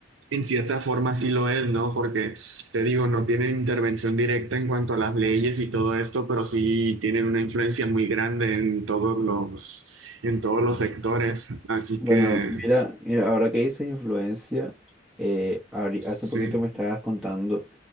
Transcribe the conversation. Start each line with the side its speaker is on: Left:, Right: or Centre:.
Right: en cierta forma sí lo es, ¿no? Porque te digo, no tienen intervención directa en cuanto a las leyes y todo esto, pero sí tienen una influencia muy grande en todos los, en todos los sectores. Así
Centre: Bueno,
Right: que
Centre: mira, mira, ahora que dices influencia, eh, ahori-
Right: sí.
Centre: hace poquito me estabas contando